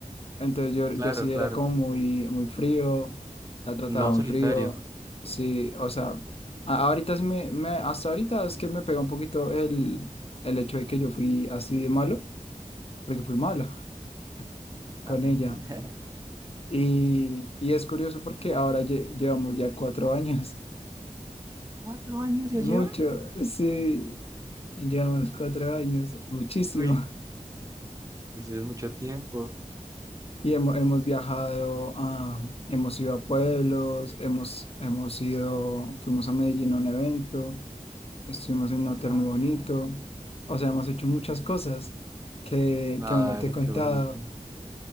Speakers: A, on the left (about 45°); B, on the right (about 25°).
A: Entonces
B: Sí,
A: yo,
B: claro,
A: yo sí
B: claro,
A: era como muy, muy frío, la trataba
B: un lobo
A: muy
B: solitario.
A: frío, sí, o sea, a- ahorita sí me, me, hasta ahorita es que me pegó un poquito el, el hecho de que yo fui así de malo, porque fui malo <laughs>
B: Ah,
A: con
B: <laughs>
A: ella. Y, y es curioso porque ahora lle- llevamos ya cuatro años.
B: ¿Cuatro años ya
A: Mucho,
B: lleva?
A: sí, llevamos cuatro años, muchísimo.
B: Uy,
A: <laughs>
B: pues eso es mucho tiempo.
A: Y hemos, hemos viajado, a, hemos ido a pueblos, hemos, hemos ido, fuimos a Medellín a un evento, estuvimos en un hotel
B: Ah,
A: muy bonito.
B: mira.
A: O sea, hemos hecho muchas cosas que,
B: Claro,
A: que aún no te he contado.
B: qué bonito.